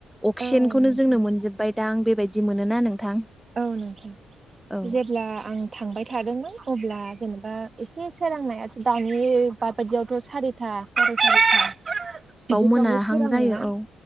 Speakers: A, in the centre; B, on the right.
A: अक्सिजेनखौनो
B: औ नोंथां
A: जोंनो मोनजोबबाय दां आं बेबायदि मोनो ना नोंथां
B: औ नोंथां
A: औ
B: जेब्ला आं थांबाय थादोंमोन अब्ला जेनेबा एसे सोरांनाय दानि बाबायदियावथ' सारि था फरायसालि
A: बाव
B: बिदिफ्रावनो
A: मोनाहां
B: सोरांडो
A: जायो
B: ना
A: औ